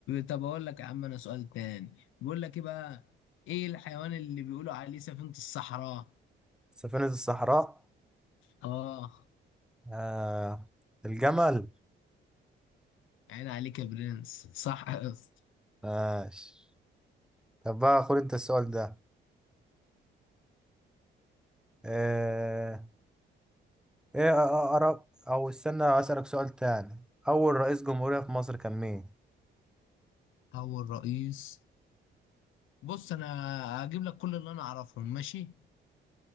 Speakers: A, on the left; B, in the centre.
A: طب اقول لك يا عم انا سؤال تاني بيقول لك ايه بقى ايه الحيوان اللي بيقولوا عليه سفينة الصحراء
B: سفينة الصحراء
A: اه
B: آه. الجمل
A: عين عليك يا برنس صح يا اسطى
B: ماشي طب بقى خد انت السؤال ده آه. ايه اقرب او استنى اسألك سؤال تاني اول رئيس جمهورية في مصر كان مين
A: هو الرئيس بص انا هجيب لك كل اللي انا اعرفهم ماشي